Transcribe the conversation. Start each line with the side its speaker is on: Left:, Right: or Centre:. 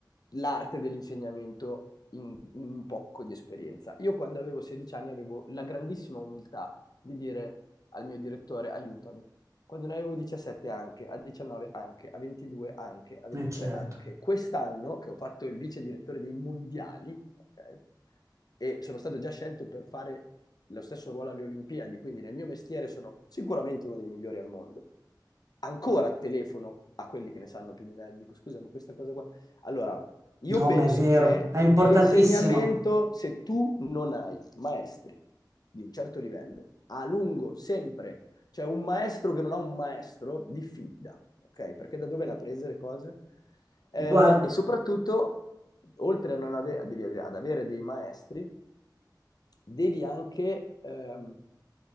Left: l'arte dell'insegnamento in, in un poco di esperienza. Io quando avevo 16 anni avevo la grandissima umiltà di dire al mio direttore aiutami. Quando ne avevo 17 anche, a 19 anche, a 22 anche, a 23
Right: eh, certo.
Left: anche. Quest'anno che ho fatto il vice direttore dei mondiali, ok? e sono stato già scelto per fare lo stesso ruolo alle Olimpiadi, quindi nel mio mestiere sono sicuramente uno dei migliori al mondo ancora telefono a quelli che ne sanno più di me, dico scusa, ma questa cosa qua. Allora, io
Right: No,
Left: penso
Right: ma è vero,
Left: che
Right: è importantissimo.
Left: nell'insegnamento, se tu non hai maestri di un certo livello, a lungo, sempre, cioè un maestro che non ha un maestro, diffida, ok? Perché da dove l'ha presa le cose? Eh,
Right: Guarda,
Left: e soprattutto, oltre a non ave- devi ave- ad avere dei maestri, devi anche... ehm,